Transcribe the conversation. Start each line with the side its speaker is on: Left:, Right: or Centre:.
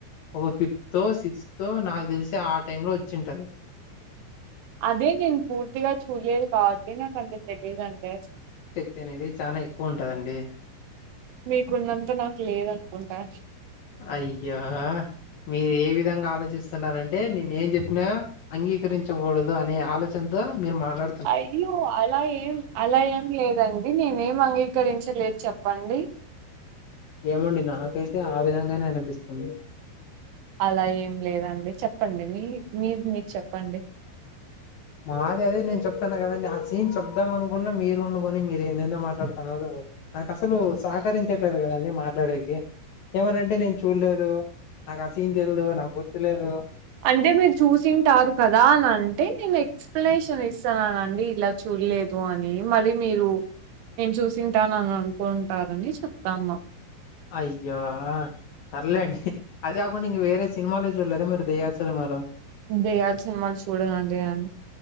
Left: ఒక ఫిఫ్త్ తో సిక్స్త్ తో నాకు దెలిసి ఆ టైమ్ లో వచ్చుంటది
Right: అదే నేను పూర్తిగా చూలేదు కాబట్టి నాకు అంత తెలియదండి అసలు
Left: తినేది చానా ఎక్కువ ఉంటదండి
Right: మీకున్నంత నాకు లేదనుకుంటా
Left: అయ్యో మీరు ఏ విధంగా ఆలోచిస్తున్నారంటే నేను ఏం జెప్పినా అంగీకరించగూడదు అనే ఆలోచనతో మీరు మాట్లాడు
Right: అయ్యో అలా ఏం అలా ఏం లేదండి నేనేమ్ అంగీకరించలేదు చెప్పండి
Left: ఏమండి నాకైతే ఆ విధంగానే అనిపిస్తుంది
Right: అలా ఏం లేదండి చెప్పండి మీ మీది మీరు చెప్పండి
Left: మాది అదే నేను చెప్తాను కదండి ఆ సీన్ చెప్దాం అనుకున్న మీరు వండుకొని మీరు ఏందెందో మాట్లాడుతున్నారు నాకు అసలు సహకరించట్లేదు కదండి మాట్లాడేకి ఏమనంటే నేను చూడలేదు నాకు అ సీన్ తెలిదు నాకు గుర్తులేదు
Right: అంటే మీరు చూసింటారు కదా అని అంటే నేను ఎక్ ఎక్స్ప్లనేషన్ ఇస్తన్నానండి ఇలా చూడలేదు అని మళ్ళీ మీరు నేను చూసింటానని అనుకుంటారని చెప్తనా
Left: అయ్యో పర్లేండి అది కాకుండా ఇంగ వేరే సినిమాలే చూడలేదా మీరు దయ్యాల సినిమాలూ
Right: దయ్యాల సినిమాలు చూడనండి నేను